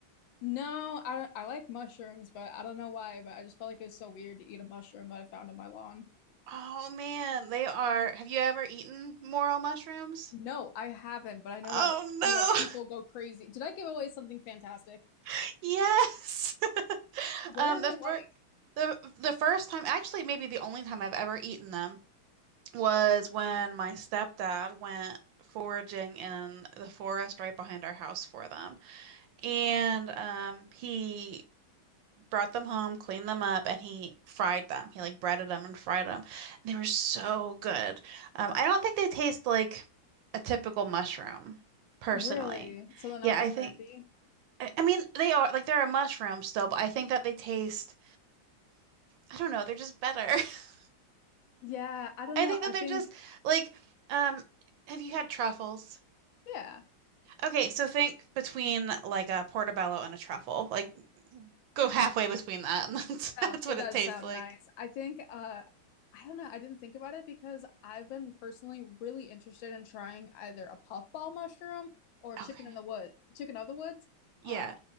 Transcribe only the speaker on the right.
Oh man, they are. Have you ever eaten morel mushrooms?
Oh
no.
<laughs> Yes. <laughs>
Um,
the first
the the first time, actually maybe the only time I've ever eaten them was when my stepdad went foraging in the forest right behind our house for them. And um, he brought them home, cleaned them up, and he fried them. He like breaded them and fried them. They were so good. Um, I don't think they taste like a typical mushroom, personally.
Yeah,
I think,
I, I mean, they are like they're a mushroom still, but I think that they taste, I don't know, they're just better. <laughs>
I
think that
they're just like, um, have you had truffles?
Okay, so think between like a portobello and a truffle. Like go halfway between that and <laughs> that's that's
what
it tastes
like.
Okay.
Yeah.